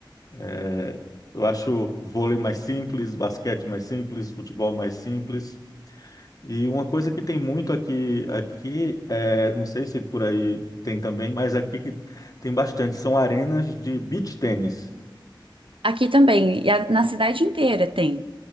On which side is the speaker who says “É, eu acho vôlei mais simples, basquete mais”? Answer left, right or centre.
Left